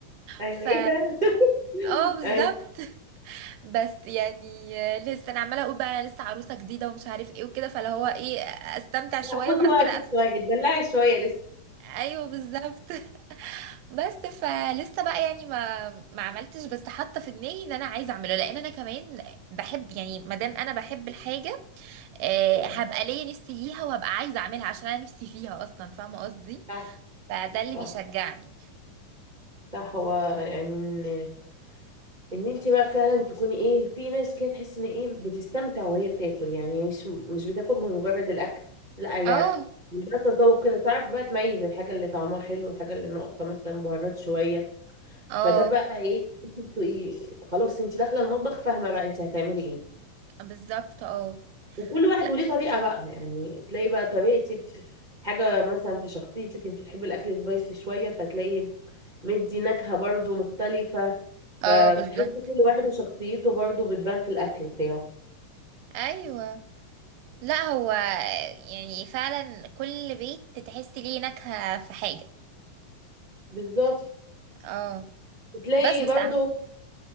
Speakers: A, on the right (about 45°); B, on the right (about 80°).
A: أيوة،
B: ف
A: ايه ده <laughs>
B: اه بالظبط
A: ايوه
B: بس يعني آه، لسه انا عماله اقول بقى انا لسه عروسه جديده ومش عارف ايه وكده فاللي هو ايه استمتع شويه
A: لا خدي
B: وبعد
A: وقتك
B: كده أت...
A: شويه اتدلعي شويه لسه
B: ايوه بالظبط <laughs> بس فلسه بقى يعني ما ما عملتش بس حاطه في دماغي ان انا عايزه اعمله لان انا كمان بحب يعني ما دام انا بحب الحاجه آه،
A: آه.
B: هبقى ليا نفسي ليها وهبقى عايزه اعملها عشان انا نفسي فيها اصلا فاهمه قصدي
A: صح
B: فده اللي
A: صح
B: بيشجعني
A: صح هو يعني ان انت بقى فعلا تكوني ايه في ناس كده تحس ان ايه بتستمتع وهي بتاكل يعني مش مش بتاكل من مجرد الاكل لا هي
B: اه
A: ده تذوق كده تعرف بقى تميز الحاجه اللي طعمها حلو والحاجه اللي ناقصه مثلا بهارات شويه
B: اه
A: فده بقى ايه انت بتبقي خلاص انت داخله المطبخ فاهمه بقى انت هتعملي ايه
B: بالظبط اه
A: وكل واحد
B: لا
A: وليه طريقه بقى يعني تلاقي بقى طريقتك حاجه مثلا في شخصيتك انت بتحبي الاكل سبايسي شويه فتلاقي مدي نكهة برضو مختلفة فبتحس
B: اه بالظبط
A: كل واحد وشخصيته برضو بتبان في الأكل بتاعه
B: ايوه لا هو يعني فعلا كل بيت تحس ليه نكهة في حاجة
A: بالظبط
B: اه
A: بتلاقي
B: بس بس
A: برضو
B: عم